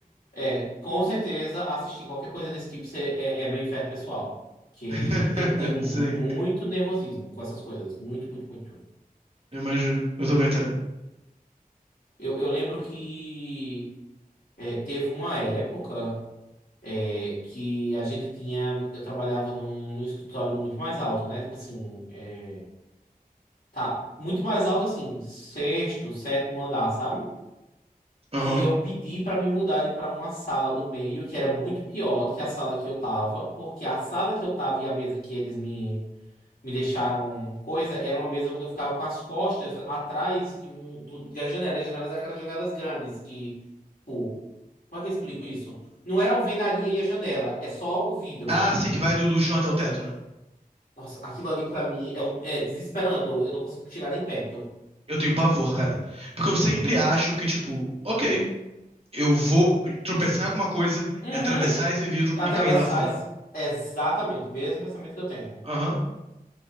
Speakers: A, on the left (about 80°); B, on the right (about 40°).
A: É, com certeza, assistir qualquer coisa desse tipo cê- é, é meu inferno pessoal. Que
B: <laughs>
A: eu tenho muito
B: Sim,
A: nervosismo com essas coisas. Muito, muito, muito.
B: eu imagino. Eu também tenho.
A: Eu, eu lembro que é, teve uma época é, que a gente tinha. Eu trabalhava num, num escritório muito mais alto, né? Tipo assim, é, tá. Muito mais alto, assim, sexto, sétimo andar, sabe?
B: Aham.
A: E eu pedi para me mudarem para uma sala no meio, que era muito pior do que a sala que eu tava, porque a sala que eu tava e a mesa que eles me, me deixaram coisa, era uma mesa onde eu ficava com as costas atrás de um, do, das janelas, E as janelas, eram aquelas janelas grandes que, tipo, como é que eu explico isso? Não era a alvenaria e a janela, é só o vidro.
B: Ah, sim, que vai do, do chão até o teto, né?
A: Nossa, aquilo ali para mim é, um, é desesperando, eu não consigo chegar nem perto.
B: Eu tenho pavor, cara. Porque eu sempre acho que, tipo, ok, eu vou tropeçar em alguma coisa,
A: Uhum.
B: atravessar esse vidro
A: Atravessar
B: e cair lá fora.
A: esse... Exatamente, o mesmo pensamento que eu tenho.
B: Aham.